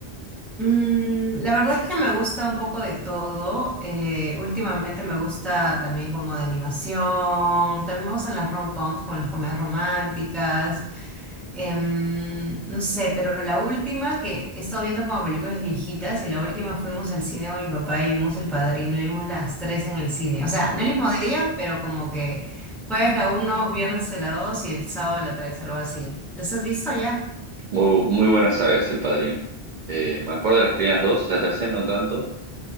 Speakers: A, in the centre; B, on the right (about 55°).
A: Mm, la verdad es que me gusta un poco de todo. eh, últimamente me gusta también como de animación. También me gustan las rom-coms, como las comedias románticas. em, no sé, pero la última que he estado viendo como películas viejitas y la última fuimos al cine con mi papá y vimos El Padrino y vimos las tres en el cine. O sea, no el mismo día, pero como que jueves la uno, viernes la dos y el sábado la tres, algo así. ¿Las has visto ya?
B: Muy, muy buena saga es El Padrino. Eh, me acuerdo de las primeras dos, la tercera no tanto,